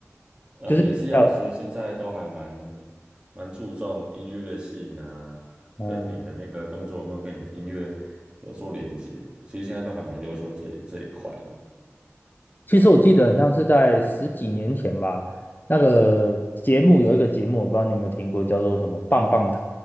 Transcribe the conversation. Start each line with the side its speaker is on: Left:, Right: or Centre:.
Right: 呃，
Left: 就是比较
Right: 也是要，其实现在都还蛮蛮注重音乐性啊，
Left: 哦、
Right: 跟你的那个动作有没有跟你的音乐有做连接，其实现在都还蛮要求这一这一块的。
Left: 其实我记得很像是在十几年前吧，那个节目有一个节目，我不知道你有没有听过，叫做什么棒棒糖。